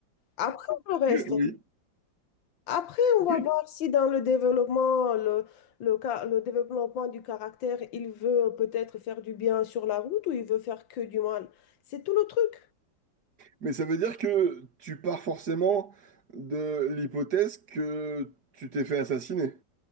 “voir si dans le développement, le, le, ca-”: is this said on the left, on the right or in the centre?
Left